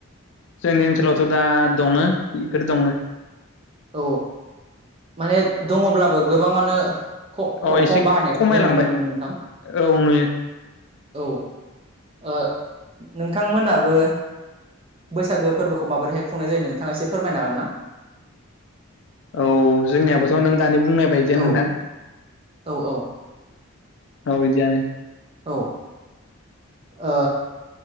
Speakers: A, on the left; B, on the right.
A: जोंनि ओनसोलावथ' दा दङो इफोर दङो।
B: औ माने दङब्लाबो गोबाङानो ख
A: अ
B: ख
A: एसे
B: खम बाहायनायखौ
A: खमायलांबाय
B: जों नुनो मोनो नोंथां।
A: औ नुयो
B: औ ओ नोंथां मोनाबो बैसागो फोरबोखौ माबोरैहाय खुंनाय जायो नोंथाङा एसे फोरमायनो हागोनना?
A: औ जोंनियाबोथ' नों दानि बुंनाय बायदियानो
B: औ
A: नोंथां।
B: औ औ
A: औ बिदियानो
B: औ ओ